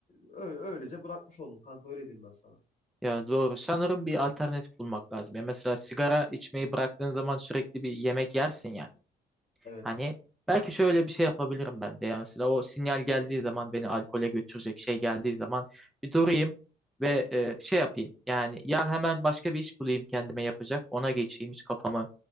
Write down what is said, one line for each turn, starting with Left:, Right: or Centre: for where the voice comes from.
Left: öyle, öylece bırakmış oldum kanka öyle diyeyim ben sana.
Centre: Ya doğru. Sanırım bir alternatif bulmak lazım. Ya mesela sigara içmeyi bıraktığın zaman sürekli bir yemek yersin ya.
Left: Evet.
Centre: Hani belki şöyle bir şey yapabilirim ben de. Yani mesela o sinyal geldiği zaman beni alkole götürecek şey geldiği zaman bir durayım ve e, şey yapayım. Yani ya hemen başka bir iş bulayım kendime yapacak. Ona geçeyim hiç kafamı